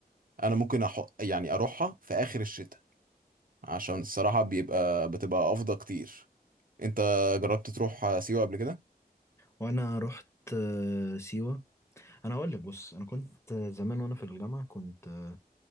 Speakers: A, on the right; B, on the left.
A: انا ممكن أح... يعني اروحها في اخر الشتاء عشان الصراحه بيبقى بتبقى افضل كتير انت جربت تروح آه، سيوه قبل كده
B: وأنا رحت آه، سيوة أنا هقول لك بص أنا كنت زمان وأنا في الجامعة كنت